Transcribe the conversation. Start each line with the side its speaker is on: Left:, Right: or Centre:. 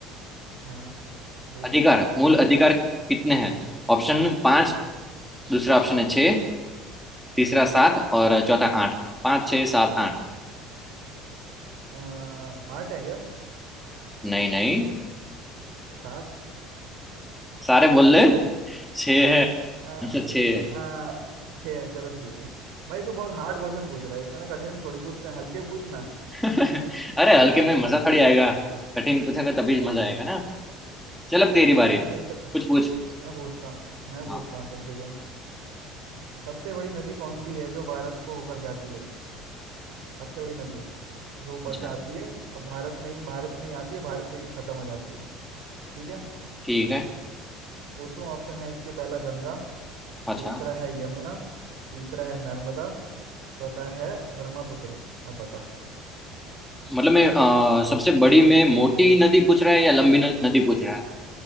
Right: हाँ पूछ
Centre: अधिकार मूल
Right: ऑप्शन
Centre: अधिकार कितने हैं ऑप्शन पांच
Right: हाँ
Centre: दूसरा ऑप्शन है छह तीसरा
Right: हम्म
Centre: सात और चौथा आठ पाँच छह सात आठ
Right: अ, आठ है क्या
Centre: नहीं नहीं
Right: सात
Centre: सारे बोल ले छः है आंसर
Right: आ,
Centre: छः है
Right: आ, छः चलो ठीक है भाई तू बहुत हार्ड क्वेश्चन पूछ रहा है इतने कठिन थोड़ी पूछते हैं हल्के पूछना
Centre: <laughs> अरे हल्के में मजा
Right: हम्म,
Centre: थोड़ी आएगा कठिन पूछेगा तभी मजा
Right: हम्म।
Centre: आएगा ना चल अब तेरी बारी
Right: चल
Centre: है
Right: चल फिर
Centre: कुछ पूछ
Right: मैं पूछता हूँ मैं पूछता
Centre: हाँ
Right: हूँ चल ठीक है सबसे बड़ी नदी कौन सी है जो भारत को होकर जाती है सबसे बड़ी नदी जो ऊपर
Centre: अच्छा
Right: से आती है और भारत में ही भारत में ही आती है भारत से ही खत्म हो जाती है ठीक है
Centre: ठीक है
Right: पूछूं ऑप्शन है इसके पहला गंगा
Centre: अच्छा
Right: दूसरा है यमुना तीसरा है नर्मदा चौथा है ब्रह्मपुत्र अब बता
Centre: मतलब मैं अ, सबसे बड़ी में मोटी नदी पूछ रहा है या लंबी न, नदी पूछ रहा है